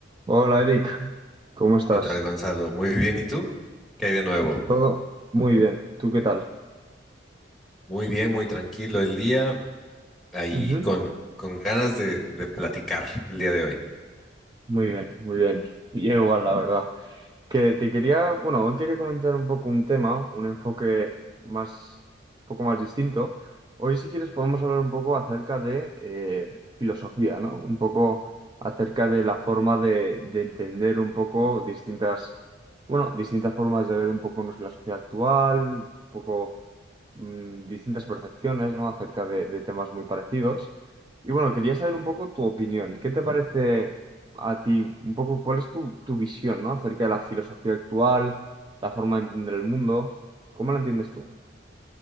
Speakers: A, on the right; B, in the centre.
A: Hola Eric, ¿cómo estás?
B: ¿Qué tal, Gonzalo? Muy bien, ¿y tú? ¿Qué hay de nuevo?
A: Todo muy bien, ¿tú qué tal?
B: Muy bien, muy tranquilo el día, ahí
A: Ujú,
B: con, con ganas de, de platicar el día de hoy.
A: Muy bien, muy bien. Yo igual, la verdad. Que te quería, bueno, hoy quería comentar un poco un tema, un enfoque más, un poco más distinto. Hoy, si quieres, podemos hablar un poco acerca de eh, filosofía, ¿no? Un poco acerca de la forma de, de entender un poco distintas, bueno, distintas formas de ver un poco no sé, la sociedad actual, un poco mm, distintas percepciones, ¿no? Acerca de, de temas muy parecidos. Y bueno, quería saber un poco tu opinión. ¿Qué te parece? a ti un poco cuál es tu, tu visión, ¿no? Acerca de la filosofía actual, la forma de entender el mundo. ¿Cómo la entiendes tú?